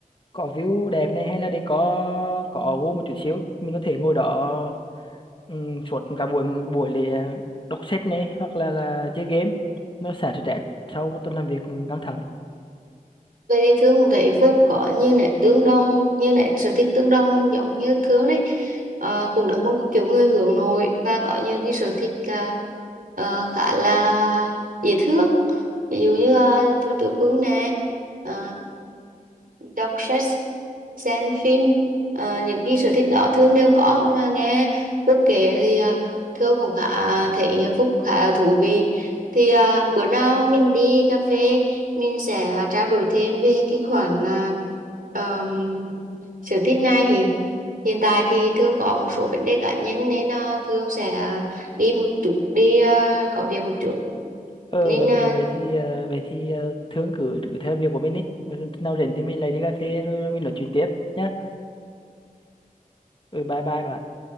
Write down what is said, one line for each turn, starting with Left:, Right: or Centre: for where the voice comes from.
Left: có view đẹp này hay là để có có gỗ một chút xíu mình có thể ngồi đó um, suốt cả buổi một buổi để ờ, đọc sách này hoặc là là chơi game nó xả stress sau một tuần làm việc căng thẳng ấy.
Right: Vậy thì thường thấy Phúc có như nét tương đồng, như nét sở thích tương đồng giống như thường đấy. Ờ, cũng là một cái kiểu người hướng nội và có những cái sở thích à, ờ, khá là dễ thương. Ví dụ như uh, thường tử quân nè, ờ, đọc sách, xem phim. Ờ, những cái sở thích đó thường đều có Nga- nghe Phúc kể thì uh, thường cũng khá thấy Phúc khá là thú vị. Thì à, bữa nào mình đi cà phê mình sẽ à, trao đổi thêm về cái khoản à, ờm, sở thích này thì hiện tại thì Thương có một số vấn đề cá nhân nên à, Thương sẽ à, đi một chút đi à, có việc một chút
Left: ờ
Right: nên
Left: về về
Right: à,
Left: về thì ờ, về thì ờ, Thương cứ cứ theo việc của mình đi Ừ, nào rảnh thì mình lại đi cà phê rồi mình nói chuyện tiếp nhá ừ bye bye bạn